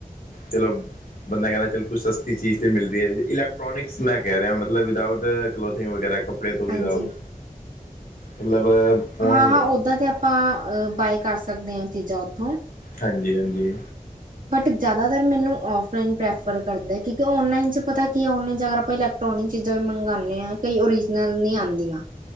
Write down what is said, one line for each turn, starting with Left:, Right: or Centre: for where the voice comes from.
Left: ਚਲੋ ਬੰਦਾ ਕਹਿੰਦਾ ਚਲ ਕੁਛ ਸਸਤੀ ਚੀਜ਼ ਤੇ ਮਿਲਦੀ ਹੈ ਇਲੈਕਟ੍ਰੋਨਿਕਸ ਮੈਂ ਕਹਿ ਰਿਹਾ ਮਲ ਮਤਲਬ ਵਿਦਾਊਟ ਕਲੋਥਿੰਗ ਵਗੈਰਾ ਕੱਪੜੇ ਤੋਂ ਵਿਦਾਊਟ
Right: ਹਾਂਜੀ।
Left: ਮਤਲਬ ਫੋਨ
Right: ਹਾਂ ਹਾਂ ਓਦਾਂ ਤੇ ਆਪਾਂ ਬਾਏ ਕਰ ਸਕਦੇ ਹਾਂ ਚੀਜ਼ਾਂ ਉੱਥੋਂ
Left: ਹਾਂਜੀ ਹਾਂਜੀ
Right: ਬਟ ਜ਼ਿਆਦਾਤਰ ਮੈਨੂੰ ਫਲਾਈਨ ਪ੍ਰੈਫਰ ਕਰਦਾ ਹੈ ਕਿਉਂਕਿ ਔਨਲਾਈਨ ਚ ਪਤਾ ਕੀ ਹੈ ਨਲਾਈਨ ਚ ਅਗਰ ਆਪਾਂ ਪ੍ਰੋਣੀ ਚੀਜ਼ਾਂ ਵੀ ਮੰਗਵਾਉਂਦੇ ਹਾਂ ਕਈ ਓਰੀਜਨਲ ਨਹੀਂੀ ਆਉਂਦੀਆਂ